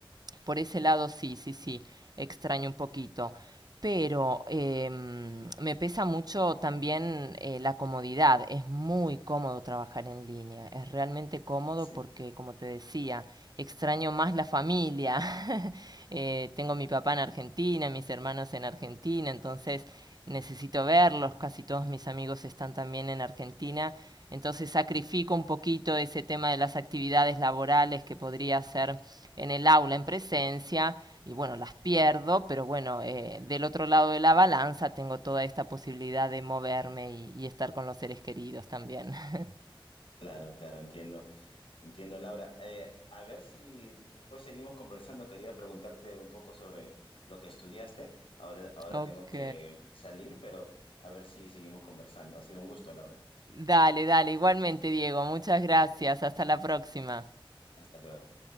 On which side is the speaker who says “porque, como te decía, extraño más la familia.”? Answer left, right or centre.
Right